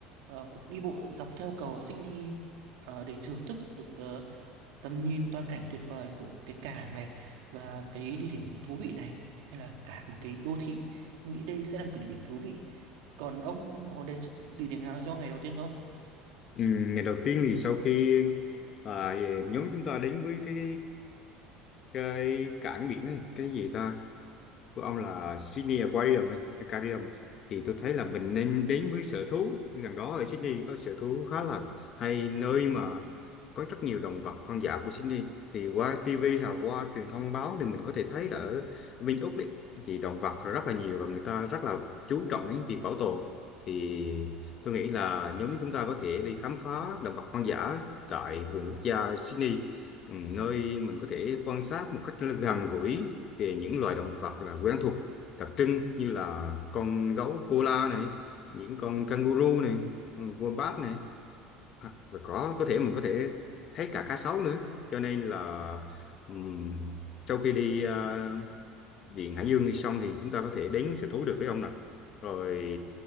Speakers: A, on the right; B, on the left.
A: ờ, cuộc đi bộ dọc theo cầu Sydney ờ, để thưởng thức được ờ, tầm nhìn toàn cảnh tuyệt vời của cái cảng này và cái địa điểm thú vị này hay là cả một cái đô thị tôi nghĩ đây sẽ là một cái địa điểm thú vị còn ông ông có đề, địa điểm nào cho ngày đầu tiên không
B: Ừ, ngày đầu tiên thì sau khi à, về nhóm chúng ta đến với cái cái cảng biển này cái gì ta của ông là Sydney Aquarium ấy, Aquarium thì tôi thấy là mình nên đến với sở thú gần đó ở Sydney có sở thú khá là hay nơi mà có rất nhiều động vật hoang dã của Sydney thì qua TV hoặc qua truyền thông báo thì mình có thể thấy là ở bên Úc đấy thì động vật rất là nhiều và người ta rất là chú trọng đến việc bảo tồn thì tôi nghĩ là nhóm chúng ta có thể đi khám phá động vật hoang dã tại vườn quốc gia Sydney Ừ, nơi mình có thể quan sát một cách gần gũi về những loài động vật là quen thuộc đặc trưng như là con gấu koala này những con kangaroo này wombat này hoặc là có có thể mình có thể thấy cả cá sấu nữa cho nên là ừm, sau khi đi ờ, viện hải dương thì xong thì chúng ta có thể đến sở thú được với ông nè rồi